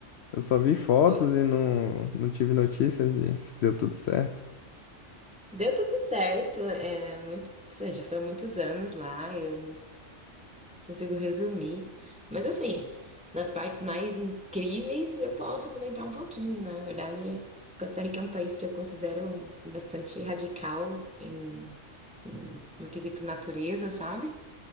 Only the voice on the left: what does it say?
Eu só vi fotos
e não, não tive notícias de se deu tudo certo.